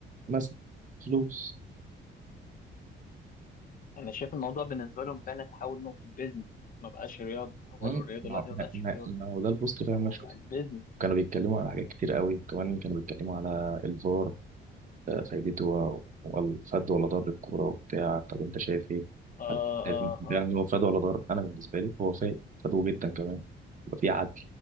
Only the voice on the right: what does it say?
مثلا فلوس
هم؟
ما
ما-
ما-
ما هو ده البوست فعلا
انا شفته
كانوا بيتكلموا على حاجات كتير قوي وكمان كانوا بيتكلموا على الفار آه، فايدته و- والفاد ولا ضر الكوره وبتاع طب انت شايف ايه؟
هت-
يعني هو فاد ولا ضر؟ انا بالنسبه لي هو فاد فادو جدا كمان يبقى في عدل